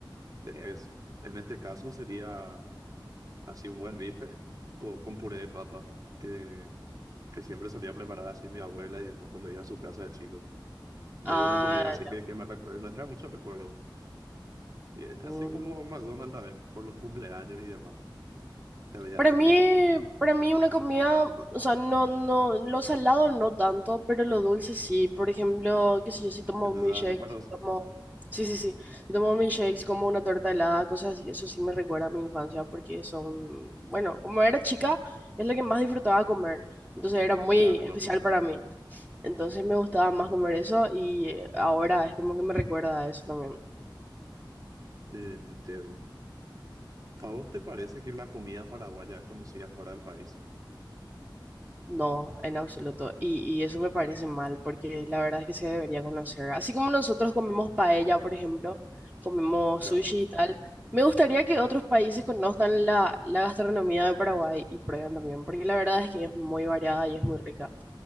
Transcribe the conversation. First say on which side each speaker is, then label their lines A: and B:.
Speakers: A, on the right; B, on the right.
A: es, en este caso sería así un buen bife con, con puré de papa, que, que siempre solía preparar así mi abuela y hermano cuando iba a su casa de chico. De
B: Ah,
A: una comida así
B: ya.
A: que, que me recuerda, me trae muchos recuerdos. Y es así
B: Mm.
A: como McDonald's también, por los cumpleaños y demás, que había
B: Para
A: antes.
B: mí, para mí una comida, o sea, no, no, lo salado no tanto, pero lo dulce sí. Por ejemplo, qué sé yo, si tomo
A: Que te
B: un
A: da
B: milkshake,
A: recuerdos,
B: si tomo, sí, sí, sí, si tomo un milkshake, si como una torta helada, cosas así, eso sí me recuerda a mi infancia porque son, bueno, como era chica, es lo que más disfrutaba comer. Entonces era muy
A: claro, no,
B: especial
A: bolsa.
B: para mí. Entonces me gustaba más comer eso y eh, ahora es como que me recuerda a eso también.
A: Eh, te- te- ¿A vos te parece que la comida paraguaya es conocida fuera del país?
B: No, en absoluto. Y, y eso me parece mal, porque la verdad es que se debería conocer. Así como nosotros comemos paella, por ejemplo, comemos
A: Claro.
B: sushi y tal, me gustaría que otros países conozcan la, la gastronomía de Paraguay y prueben también, porque la verdad es que es muy variada y es muy rica.